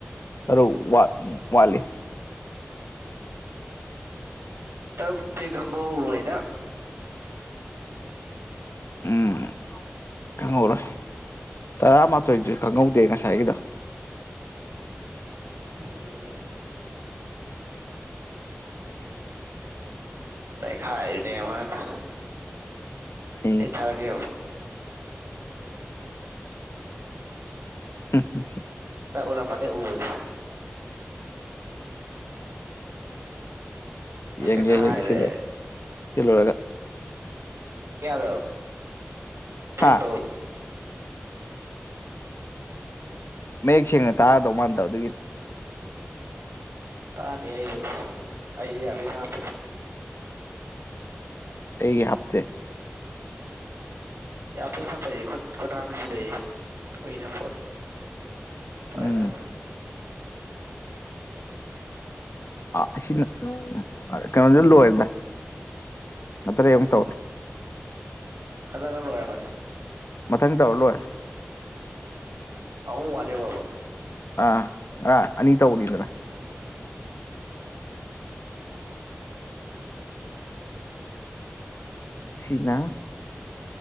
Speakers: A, on the left; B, on the right.
A: ꯇꯔꯣ ꯋꯥ ꯎ ꯋꯥꯂꯤ
B: ꯇꯔꯨꯛ ꯄꯤ ꯈꯪꯕꯧꯔꯣꯏꯗ
A: ꯎꯝ ꯈꯪꯍꯧꯔꯣꯏ ꯇꯔꯥꯃꯥꯊꯣꯏꯁꯨ ꯈꯪꯍꯧꯗꯦ ꯉꯁꯥꯏꯒꯤꯗꯣ
B: ꯎꯝ ꯅ ꯈꯥꯏꯅꯦ ꯃꯥꯅ
A: ꯑꯩ
B: ꯐꯔꯥꯒꯦꯦꯜ
A: ꯎꯝ ꯍ
B: ꯅ ꯑꯣꯔ ꯃꯅꯤ ꯎꯁ
A: ꯌꯦꯡꯒꯦ
B: ꯆꯦꯈꯥꯏꯔꯦ
A: ꯌꯦꯡꯒꯦ ꯁꯤꯜꯂꯣꯔ ꯁꯤꯜꯂꯨꯔꯒ
B: ꯀ ꯌꯥꯗ꯭ꯔ ꯕꯦꯛ
A: ꯍꯥ
B: ꯇꯧꯔ
A: ꯃꯌꯦꯛ ꯁꯦꯡꯅ ꯇꯥꯔꯗꯧ ꯃꯥꯟꯗꯕ ꯑꯗꯨꯒꯤꯅꯤ
B: ꯇꯥꯅꯤ ꯑꯩꯕꯨꯗꯤ ꯑꯩꯗꯤ ꯌꯥꯔꯗꯤ ꯍꯥꯞꯄꯦ
A: ꯑꯩꯒꯤ ꯍꯥꯞꯦ
B: ꯌꯥꯝ ꯄꯩꯁ ꯐꯩ ꯈꯨꯗꯥꯥꯡꯁꯤꯗꯩ ꯀꯨꯏꯅ ꯐꯣꯟ ꯐꯚꯥꯏꯔꯖ
A: ꯎꯝ ꯑ ꯑꯁꯤꯅ ꯀꯩꯅꯣꯗꯨ ꯂꯣꯏꯔꯦꯗ ꯅꯠꯇ꯭ꯔꯦ ꯑꯃꯨꯛ ꯇꯧꯔꯤ
B: ꯍꯗꯥꯡ ꯑꯣꯏ ꯃꯥꯅꯤ
A: ꯃꯊꯪ ꯇꯧꯔ ꯂꯣꯏꯔꯦ
B: ꯑꯍꯨꯝ ꯋꯥꯠꯂꯤꯕꯕꯥ
A: ꯑꯥ ꯉꯔꯥ ꯑꯅꯤ ꯇꯧꯕꯅꯤꯗꯅ
B: ꯎꯝ
A: ꯁꯤꯠꯅꯥ